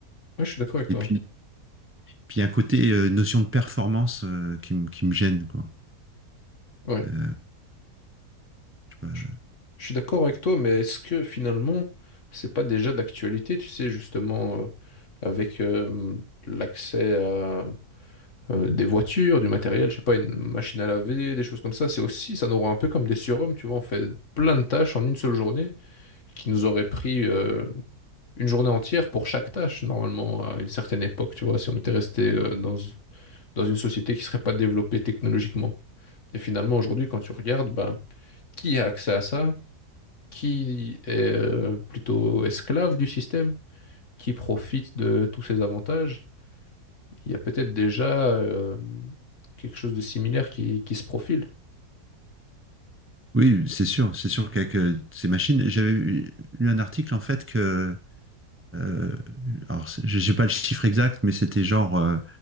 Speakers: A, on the left; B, on the right.
A: Ouais, je suis d'accord avec
B: Et
A: toi.
B: puis, puis il y a un côté euh, notion de performance euh, qui, me- qui me gêne, quoi.
A: Ouais.
B: Euh, je sais pas.
A: Je, je suis d'accord avec toi, mais est-ce que finalement, c'est pas déjà d'actualité, tu sais, justement, euh, avec euh, l'accès à euh, des voitures, du matériel, je sais pas, une machine à laver, des choses comme ça, c'est aussi, ça nous rend un peu comme des surhommes, tu vois, on fait plein de tâches en une seule journée qui nous auraient pris euh, une journée entière pour chaque tâche, normalement, à une certaine époque, tu vois, si on était resté euh, dans, dans une société qui ne serait pas développée technologiquement. Et finalement, aujourd'hui, quand tu regardes, bah, qui a accès à ça? Qui est euh, plutôt esclave du système? Qui profite de tous ces avantages? Il y a peut-être déjà euh, quelque chose de similaire qui, qui se profile.
B: Oui, c'est sûr, c'est sûr qu'avec euh, ces machines, j'avais lu un article en fait que Euh, alors, c'est- je n'ai pas le chiffre exact, mais c'était genre, euh,